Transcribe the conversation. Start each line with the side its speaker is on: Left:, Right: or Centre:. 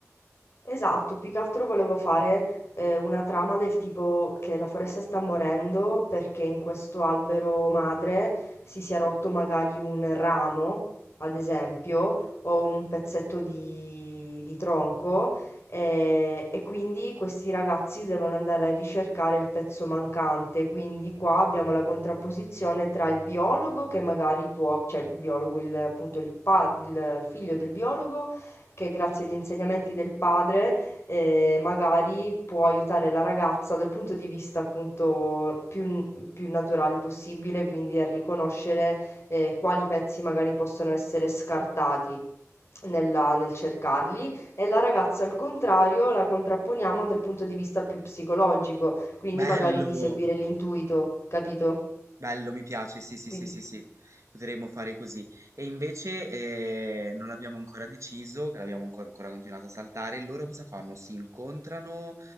Left: Esatto, più che altro volevo fare, ehm, una trama del tipo che la foresta sta morendo perché in questo albero madre si sia rotto magari un ramo, ad esempio, o un pezzetto di, di tronco, e, e quindi questi ragazzi devono andare a ricercare il pezzo mancante. Quindi qua abbiamo la contrapposizione tra il biologo che magari può, cioè il biologo, il- appunto il pa- il figlio del biologo che grazie agli insegnamenti del padre eh, magari può aiutare la ragazza dal punto di vista appunto più, più naturale possibile, quindi a riconoscere eh, quali pezzi magari possono essere scartati. nella- nel cercarli e la ragazza al contrario la contrapponiamo dal punto di vista più psicologico, quindi
Right: Bello!
Left: magari di seguire l'intuito, capito?
Right: Bello, mi piace, sì, sì,
Left: Quindi
Right: sì, sì, sì, potremmo fare così. E invece eh, non l'abbiamo ancora deciso, che l'abbiamo ancora, ancora continuato a saltare. Loro cosa fanno? Si incontrano